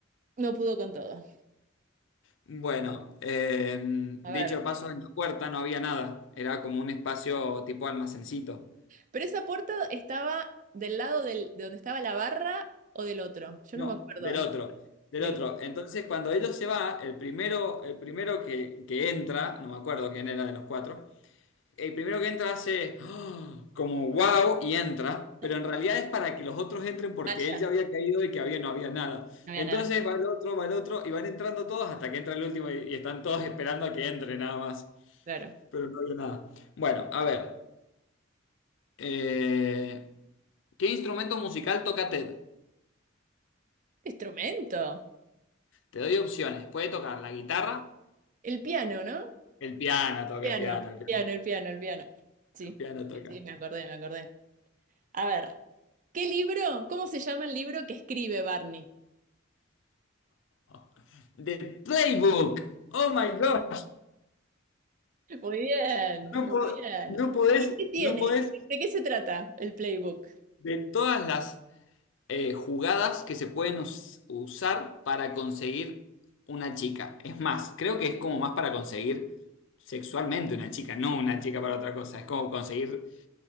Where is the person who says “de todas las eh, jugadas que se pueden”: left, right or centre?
Left